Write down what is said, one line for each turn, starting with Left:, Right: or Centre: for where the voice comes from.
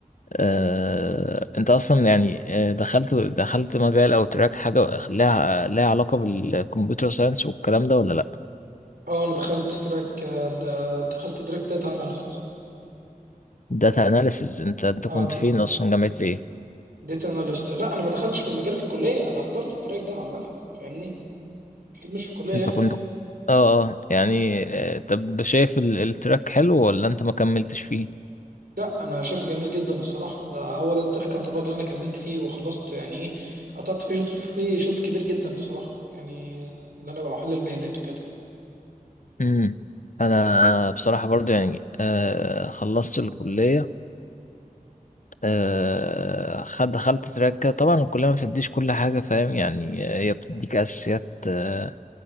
Left: آه، انت اصلا يعني آه، دخلت دخلت مجال او تراك حاجه لها لها علاقه بالكمبيوتر ساينس والكلام ده ولا لا
Right: اه انا دخلت تراك آه، د- دخلت تراك داتا اناليست.
Left: داتا اناليسز انت انت
Right: اه
Left: كنت فين اصلا جامعه ايه
Right: داتا اناليست. لا انا ما دخلتش في المجال في الكلية انا اخترت التراك ده عامة فاهمني؟ اكيد مش في الكلية
Left: انت
Right: يعني.
Left: كنت اه اه يعني آه، طب شايف ال- التراك حلو ولا انت ما كملتش فيه
Right: لا انا شايفه جميل جدا الصراحه ده هو ده التراك يعتبر اللي انا كملت فيه وخلصت يعني ايه قطعت فيه شوط فيه شوط كبير جدا الصراحه يعني ان انا بقى احلل البيانات وكده
Left: امم انا بصراحة برضو يعني آه خلصت الكلية آه خد دخلت تراك كده. طبعا الكلية ما بتديش كل حاجة فاهم يعني آه، هي بتديك اساسيات آه،